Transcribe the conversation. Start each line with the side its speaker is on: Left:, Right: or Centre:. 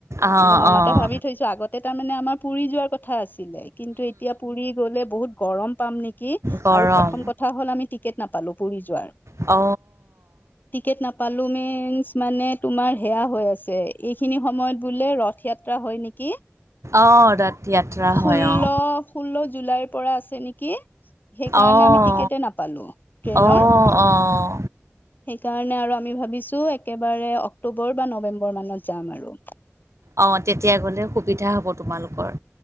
Right: অঁ
Left: কিন্তু মনতে
Right: অঁ
Left: ভাবি থৈছো আগতে তাৰ মানে আমাৰ পুৰি যোৱাৰ কথা আছে। ছিলে কিন্তু এতিয়া পুৰি গ'লে বহুত গৰম পাম নিকি
Right: গৰম
Left: আৰু প্ৰথম কথা হ'ল আমি তি টিকেট নাপালোঁ পুৰি যোৱাৰ।
Right: অ
Left: টিকেট নাপালো মিনচ্ মানে তোমাৰ সেয়া হৈ আছে এইখিনি সময়ত বোলে ৰথিয়াত হয় নিকি
Right: অঁ ৰাত য়াত্ৰা
Left: ষোল্ল
Right: হয় অঁ
Left: ষোল্ল জুলাইৰ পৰা আছে নিকি সেইকাৰণে
Right: অঁ
Left: আমি টিকেটে নাপালো ট্ৰেইনৰ
Right: অঁ অঁ
Left: সেইকাৰণে আৰু আমি ভাবিছো একেবাৰে অক্টোবৰ বা নৱেম্বৰ মানত যাম আৰু
Right: অ তেতিয়া গ'লে সুবিধা হ'ব তোমালোকৰ